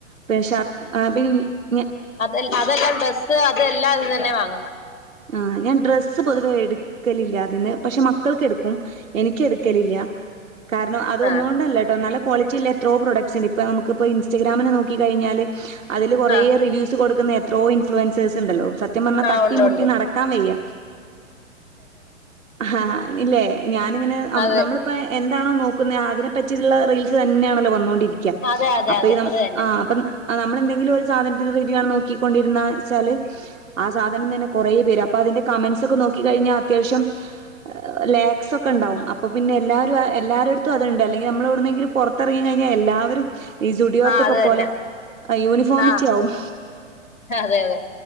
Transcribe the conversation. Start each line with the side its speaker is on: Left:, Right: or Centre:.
Right: പി ഷർ പിന്ന..
Left: അത അതെല്ലാം ഡ്രസ്സ് അതെല്ലാം അതിന്നന്നേ വാങ്ങുന്നത്.
Right: ആഹ്. ഞാൻ ഡ്രസ്സ് പൊതുവേ എടുക്കലില്ല അതിന്ന്. പക്ഷെ മക്കൾക്ക് എടുക്കും. എനിക്ക് എടുക്കലില്ല. കാരണം അതൊന്നൊണ്ടല്ല
Left: ആ
Right: കേട്ടോ. നല്ല ക്വാളിറ്റി ഉള്ള എത്രോ പ്രൊഡക്ട്സ് ഉണ്ട്. ഇപ്പ നമുക്കിപ്പോൾ ഇൻസ്റ്റഗ്രാമില് നോക്കി കഴിഞ്ഞാൽ അതില് കുറേ
Left: ആ
Right: റിവ്യൂസ് കൊടുക്കുന്നെണ്. എത്രോ ഇൻഫ്ലുവൻസേഴ്സ് ഉണ്ടല്ലോ. സത്യം പറഞ്ഞാ
Left: ആ
Right: തട്ടി
Left: ഉണ്ട്
Right: മുട്ടി
Left: ഉണ്ട്
Right: നടക്കാൻ വയ്യ. ഹാ ഇല്ലേ. ഞാനിങ്ങനെ
Left: അതെ
Right: നമ്മടെ. ഇപ്പം എന്താണോ നോക്കുന്നെ അതിനെപ്പറ്റിയുള്ള റീൽസ് തന്നാണല്ലോ വന്നോണ്ടിരിക്ക.
Left: അതെ അതെ
Right: അപ്പൊ,
Left: അതെ അത് തന്നെ
Right: ആഹ് അപ്പൊ. ആഹ് നമ്മളെന്തെങ്കിലും ഒരു സാധനത്തിന്റെ റിവ്യൂ ആണ് നോക്കിക്കൊണ്ടിരുന്നച്ചാല്, ആ സാധനം തന്നെ കുറേ വരാ. അപ്പോ അതിന്റെ കമൻസ്ക്കെ നോക്കി കഴിഞ്ഞാൽ ത്യാവശം ലാക്സ് ഒക്കെ ഉണ്ടാവും അപ്പൊ പിന്നെ എല്ലാവും എല്ലാവരുടെടുത്തും അതുണ്ട് അല്ലെങ്കിൽ നമ്മള എവിടുന്നെങ്കിലും പുറത്തിറങ്ങി കഴിഞ്ഞാൽ എല്ലാവരും ഈ സ്റ്റുഡിയോത്തൊക്കെ
Left: ആ അത് തന്നെ
Right: പോലെ യൂണിഫോമിറ്റി
Left: ആ
Right: ആവും
Left: അതെ അതെ